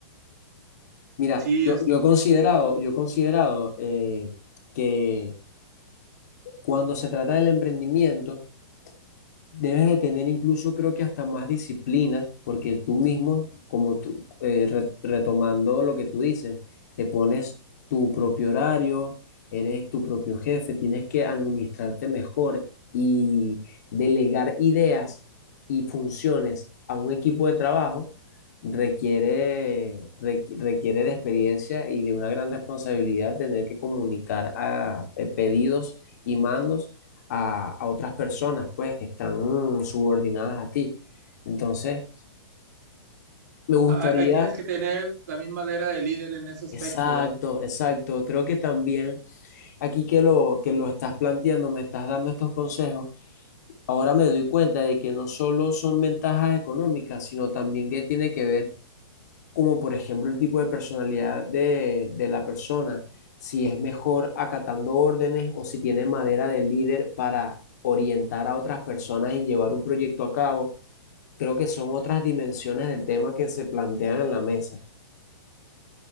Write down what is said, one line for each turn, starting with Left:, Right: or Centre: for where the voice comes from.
Left: Mira,
Right: Sí,
Left: yo,
Right: es,
Left: yo he considerado, yo he considerado eh, que cuando se trata del emprendimiento, Debes de tener incluso, creo que hasta más disciplina, porque tú mismo, como tú, eh, re- retomando lo que tú dices, te pones tu propio horario, eres tu propio jefe, tienes que administrarte mejor y delegar ideas y funciones a un equipo de trabajo requiere, requ- requiere de experiencia y de una gran responsabilidad tener que comunicar a, eh, pedidos y mandos a, a otras personas, pues, que están mm, subordinadas a ti. Entonces, me gustaría,
Right: ahí ahí tienes que tener también madera de líder en ese aspecto,
Left: exacto,
Right: ¿verdad?
Left: exacto, creo que también aquí que lo, que lo estás planteando, me estás dando estos consejos, ahora me doy cuenta de que no solo son ventajas económicas, sino también que tiene que ver, como por ejemplo, el tipo de personalidad de, de la persona, si es mejor acatando órdenes o si tiene madera de líder para orientar a otras personas y llevar un proyecto a cabo. Creo que son otras dimensiones del tema que se plantean en la mesa